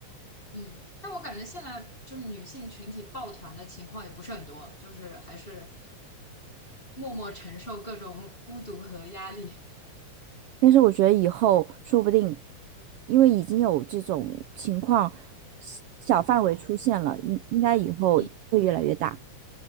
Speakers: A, on the left; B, on the right.
A: 嗯，但我感觉现在就是女性群体抱团的情况也不是很多，就是还是默默承受各种孤独和压力。
B: 但是我觉得以后说不定，因为已经有这种情况小小范围出现了，应应该以后会越来越大。
A: 嗯